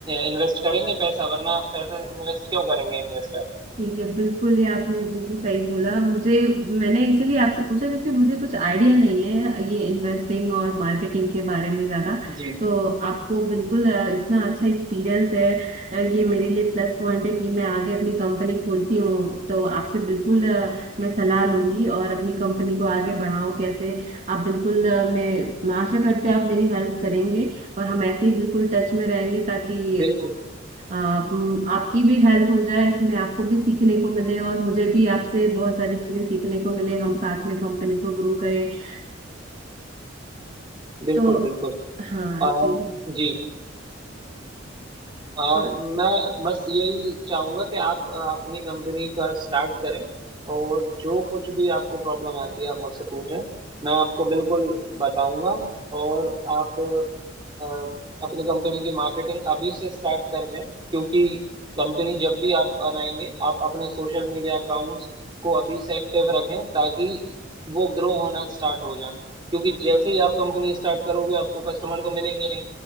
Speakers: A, on the right; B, on the right.
A: इन्वेस्ट करेंगे पैसा वरना पैसा इन्वेस्ट क्यों करेंगे इन्वेस्टर
B: ठीक है बिल्कुल ये आपने बिल्कुल सही बोला मुझे मैंने इसीलिए आपसे पूछा क्योंकि मुझे कुछ आइडिया नहीं है ये इन्वेस्टिंग और मार्केटिंग के बारे में ज़्यादा
A: जी
B: तो आपको बिल्कुल अ, इतना अच्छा एक्सपीरियंस है अ, ये मेरे लिए प्लस पॉइंट है कि मैं आगे अपनी कंपनी खोलती हूँ तो आपसे बिल्कुल अ, मैं सलाह लूंगी और अपनी कंपनी को आगे बढ़ाऊँ कैसे आप बिल्कुल अ, मैं मैं आशा करते हैं आप मेरी हेल्प करेंगे और हम ऐसे ही बिल्कुल टच में रहेंगे ताकि
A: बिल्कुल
B: आप आपकी भी हेल्प हो जाए इसमें आपको भी सीखने को मिले और मुझे भी आपसे बहुत सारी चीजें सीखने को मिले हम साथ में कंपनी को ग्रो करें
A: बिल्कुल
B: तो
A: बिल्कुल
B: हाँ
A: अम,
B: जी
A: जी अम,
B: और
A: मैं बस यही चाहूंगा कि आप अ, अपनी कंपनी का स्टार्ट करें और जो कुछ भी आपको प्रॉब्लम आती है आप मुझसे पूछें मैं आपको बिल्कुल बताऊंगा और आप अ, अपनी कंपनी की मार्केटिंग अभी से स्टार्ट कर दें क्योंकि कंपनी जब भी आप बनाएंगे आप अपने सोशल मीडिया अकाउंट्स को अभी से एक्टिव रखें ताकि वो ग्रो होना स्टार्ट हो जाए क्योंकि जैसे ही आप कंपनी स्टार्ट करोगे आपको कस्टमर तो मिलेंगे नहीं